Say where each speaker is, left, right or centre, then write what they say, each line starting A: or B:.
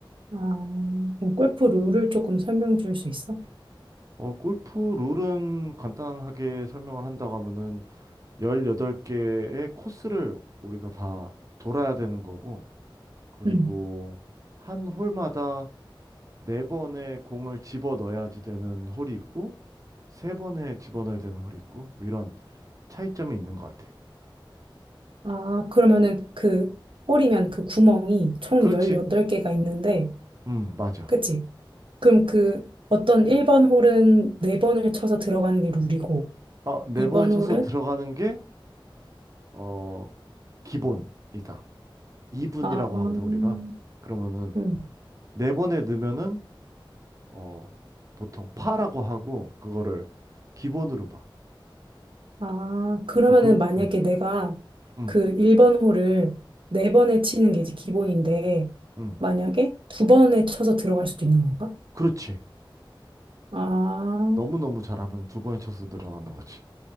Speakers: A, on the right; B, on the right.
A: 아, 그럼 골프 룰을 조금 설명해 줄 수 있어?
B: 어, 골프 룰은 간단하게 설명을 한다고 하면은 18개의 코스를 우리가 다 돌아야 되는 거고, 그리고
A: 음.
B: 한 홀마다 네번의 공을 집어 넣어야지 되는 홀이 있고, 세번에 집어넣어야 되는 홀이 있고, 뭐 이런 차이점이 있는 것 같아.
A: 아, 그러면은 그 홀이면 그 구멍이 총
B: 그렇지?
A: 18개가 있는데,
B: 음, 맞아.
A: 그치? 그럼 그 어떤 1번 홀은 4번을 쳐서 들어가는 게 룰이고,
B: 아, 네
A: 2번
B: 번에 쳐서
A: 홀은?
B: 들어가는 게, 어, 기본이다. 이분이라고
A: 아, 음,
B: 하거든, 우리가. 그러면은,
A: 음.
B: 네 번에 넣으면은, 어, 보통 파라고 하고, 그거를 기본으로 봐.
A: 아, 그러면은
B: 그러니까 골,
A: 만약에
B: 음,
A: 내가
B: 음,
A: 그 1번 홀을 4번에 치는 게 이제 기본인데,
B: 음.
A: 만약에 두번에 쳐서 들어갈 수도 있는 건가?
B: 그렇지.
A: 아,
B: 너무너무 잘하면 두 번에 쳐서 들어가는 거지.